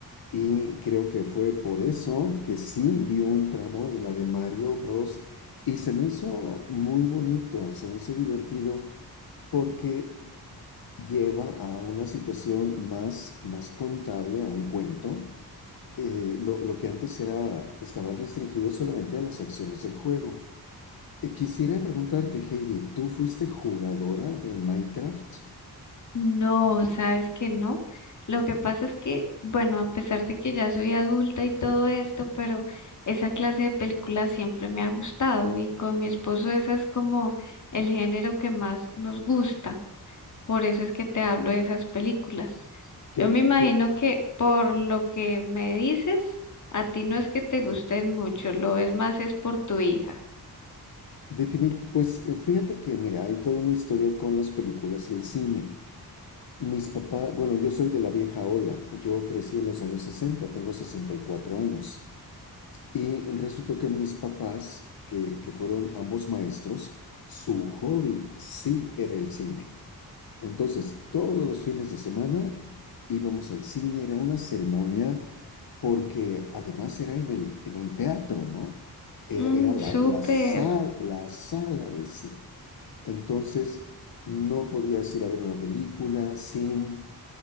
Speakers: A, on the left (about 65°); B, on the left (about 50°).
A: Y creo que fue por eso que sí vi un tramo de la de Mario Bros. Y se me hizo muy bonito, se me hizo divertido porque lleva a una situación más, más contable, a un cuento. eh, lo, lo que antes era, estaba restringido solamente a las acciones del juego. Eh, quisiera preguntarte, Heidi, ¿tú fuiste jugadora de Minecraft?
B: No, sabes que no. Lo que pasa es que, bueno, a pesar de que ya soy adulta y todo esto, pero esa clase de películas siempre me ha gustado y con mi esposo ese es como el género que más nos gusta. Por eso es que te hablo de esas películas.
A: Que,
B: Yo me imagino
A: que
B: que por lo que me dices, a ti no es que te gusten mucho, lo es más es por tu hija.
A: defini- pues eh, fíjate que, mira, hay toda una historia con las películas y el cine. Mis papás, bueno, yo soy de la vieja ola, yo crecí en los años sesenta tengo 64 años, y resultó que mis papás, que, que fueron ambos maestros, su hobby sí era el cine. Entonces, todos los fines de semana íbamos al cine, era una ceremonia, porque además era en, el, en un teatro, ¿no? Era,
B: Mm,
A: era la,
B: súper,
A: la, sal- la sala de cine. Entonces, no podías ir a ver una película sin